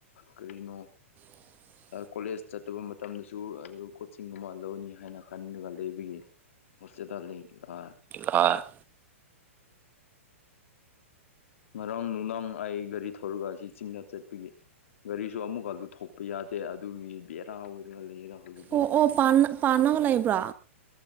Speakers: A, on the left; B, on the right.
A: ꯀꯔꯤꯅꯣ
B: <inaudible>
A: ꯀꯣꯂꯦꯖ ꯆꯠꯇꯕ ꯃꯇꯝꯗꯁꯨ ꯑꯗꯨ ꯀꯣꯆꯤꯡ ꯑꯃ ꯂꯧꯅꯤ ꯍꯥꯏꯅ ꯈꯟꯂꯒ ꯂꯩꯕꯒꯤ ꯍꯣꯁꯇꯦꯗꯜ ꯂꯩ ꯑ
B: ꯂꯥꯛ
A: ꯉꯔꯥꯡ ꯅꯨꯡꯗꯥꯡ ꯑꯩ ꯒꯥꯔꯤ ꯊꯧꯔꯒ ꯑꯁꯤ ꯆꯤꯡꯗ ꯆꯠꯄꯒꯤ ꯒꯥꯔꯤꯁꯨ ꯑꯃꯨꯛꯀ ꯂꯨꯊꯣꯛꯄ ꯌꯥꯗꯦ ꯑꯗꯨꯒꯤ ꯕꯦꯔꯥ ꯑꯣꯏꯔꯒ ꯂꯩꯌꯦꯗ ꯍꯧꯖꯤꯛꯀꯤ
B: ꯑꯣ ꯑꯣ ꯄꯥꯟ ꯄꯥꯟꯅꯕ ꯂꯩꯕ꯭ꯔꯥ